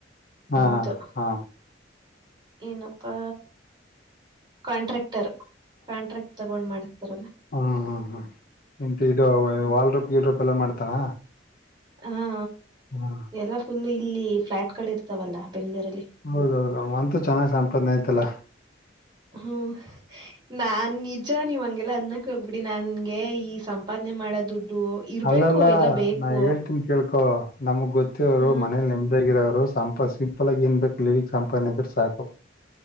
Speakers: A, on the left; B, on the right.
A: ಹಾ
B: ಇದು
A: ಹಾ
B: ಏನಪ್ಪಾ ಕಾಂಟ್ರಾಕ್ಟರ್ ಕಾಂಟ್ರಾಕ್ಟ್ ತಗೊಂಡ್ ಮಾಡತಾರಲ್ಲ
A: ಹ್ಮಞ ಹಾ ಹ್ಮ ಎಂತು ಇದು ವಾಲ್ರೋಪ್ ಈಲ್ ರೋಪ್ ಎಲ್ಲ ಮಾಡ್ತಾನ
B: ಹಾ
A: ಹಾ
B: ಎಲ್ಲಾ ಫುಲ್ ಇಲ್ಲಿ ಫ್ಲಾಟ್ ಗಳು ಇರ್ತಾವಲ್ಲ ಬೆಂಗಳೂರಲ್ಲಿ
A: ಹೌದೌದು ಅಂತೂ ಚೆನ್ನಾಗ್ ಸಂಪಾದನೆ ಆಯ್ತಲ್ಲ
B: ಹ್ಮ್ ನಾನ್ ನಿಜ ನಿವ್ಗೆಲ್ಲ ಅನ್ನ ಹೋಗ್ಬಿಡಿ ನನ್ಗೆ ಈ ಸಂಪಾದನೆ ಮಾಡೋ ದುಡ್ಡು ಇರ್ಬೇಕು
A: ಅಲ್ಲಲ್ಲ
B: ಎಲ್ಲ ಬೇಕು
A: ನಾ ಹೇಳ್ತೀನ್ಿ ಕೇಳ್ಕೊ ನಮಗ್ ಗೊತ್ತವರು
B: ಹಾ
A: ಮನೇಲಿ ನಿಮ್ದಗರವ್ರು ಸಂಪಾ ಸಿಂಪಲ್ ಆಗ ಏನ್ಬೇಕೇಕು ಲಗ್ ಸಂಪಾನಿದ್ರ ಸಾಕು